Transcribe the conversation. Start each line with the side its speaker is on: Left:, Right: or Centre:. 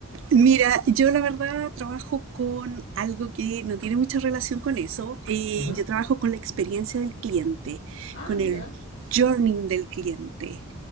Right: Mira, yo la verdad trabajo con algo que no tiene mucha relación con eso. Eh,
Left: Ujú.
Right: yo trabajo con la experiencia del cliente,
Left: Ah,
Right: con
Left: mira.
Right: el journey del cliente,